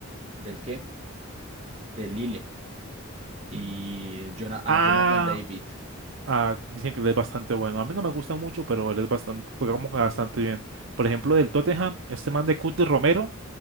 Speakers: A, on the right (about 30°); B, on the right (about 65°).
A: ¿del qué? Del Lille y
B: Mm.
A: Jona- a
B: Ah.
A: Jonathan David,
B: Ah, dicen que él es bastante bueno. A mí no me gusta mucho, pero él es bastante, juega mu- bastante bien. Por ejemplo, del Tottenham, este man de Cuti Romero,